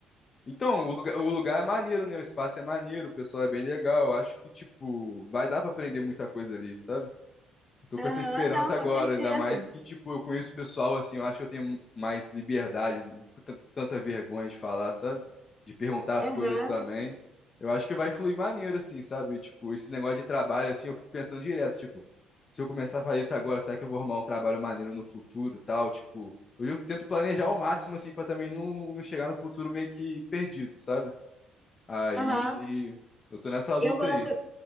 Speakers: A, on the left (about 35°); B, in the centre.
A: Então, o lugar, o lugar é maneiro, né? O espaço é maneiro, o pessoal é bem legal. Acho que, tipo, vai dar pra aprender muita coisa ali, sabe? Eu tô
B: Aham,
A: com essa esperança
B: não, com
A: agora,
B: certeza.
A: ainda mais que, tipo, eu conheço o pessoal, assim, eu acho que eu tenho mais liberdade, não tenho tan- tanta vergonha de falar, sabe? De perguntar
B: Aham,
A: as coisas também. Eu acho que vai fluir maneiro, assim, sabe? Tipo, esse negócio de trabalho, assim, eu fico pensando direto, tipo, se eu começar a fazer isso agora, será que eu vou arrumar um trabalho maneiro no futuro, e tal? Tipo, eu tento planejar ao máximo, assim, pra também não, não chegar no futuro meio que perdido, sabe? Aí,
B: aham.
A: eu tô nessa luta
B: Eu gosto.
A: aí.